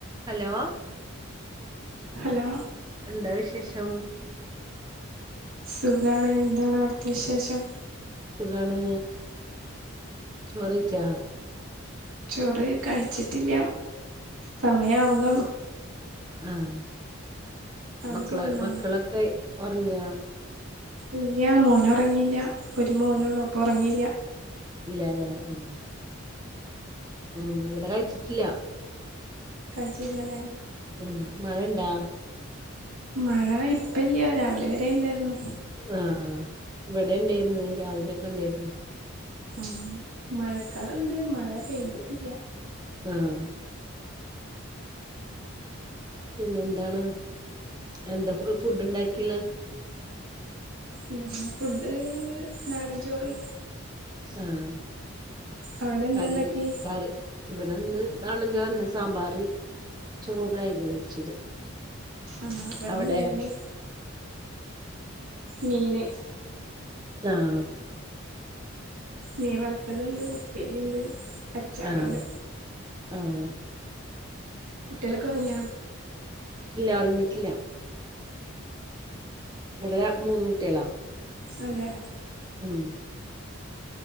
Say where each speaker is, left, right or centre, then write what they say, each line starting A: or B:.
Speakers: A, on the right; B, on the right.
A: Hello
B: hello
A: എന്താ വിശേഷം?
B: സുഖാണ് എന്താണ് അവിടത്തെ വിശേഷം?
A: സുഖാണ് ചോറ് കയിച്ചാ?
B: ചോറ് കഴിച്ചിട്ടില്ല സമയാവുന്നൊള്ളൂ
A: ആഹ്
B: അവിടെ
A: മക്കള്
B: ചോറുന്നോ
A: മക്കളൊക്കെ ഒറങ്ങിയാ?
B: ഇല്ല മോന് ഒറങ്ങിയില്ല ഒരു മോനൊള്ളൂ അപ്പം ഉറങ്ങിയില്ല.
A: ഇല്ലല്ലേ ഉം ഉം ഇവടെ കഴിച്ചിട്ടില്ല
B: കഴച്ചില്ലലേ?
A: ഉം മഴ ഇണ്ടാ?
B: മഴ ഇപ്പല്ല രാവിലെ വരെ ഇണ്ടായിരുന്നു.
A: ആഹ് ഇവിടെ ഇണ്ടേരുന്നു രാവിലൊക്കെ ഇണ്ടേരുന്നു
B: ആഹ് മഴക്കാറുണ്ട് മഴ പെയ്തിട്ടില്ല
A: ആഹ് പിന്നെ എന്താണ് എന്താ ഫു ഫുഡ് ഉണ്ടാക്കിള്
B: ഇന്ന് ഫുഡ് നാടൻ ചോറ്
A: ആഹ്
B: അവിടെ എന്താണ്ടാക്കി
A: കറി കറി ഇവടെ ഇന്ന് നാടൻ ചോറെന്നെ സാമ്പാറ് ചൂടൻ അയില പൊരിച്ചത്
B: ആഹ് ഇവടെ
A: അവിടെ
B: മീന് മീന്
A: ആഹ്
B: മീൻ വറുത്തതിണ്ട് ഉപ്പേരിണ്ട് അച്ചാറുണ്ട്
A: ആഹ് ആഹ്
B: കുട്ടിയാളൊകെ ഒറങ്ങിയ?
A: ഇല്ല ഒറങ്ങീട്ടില്ല. ഇവിടെ മൂന്നൂട്ടിയാളാ.
B: അതെ.
A: ഉം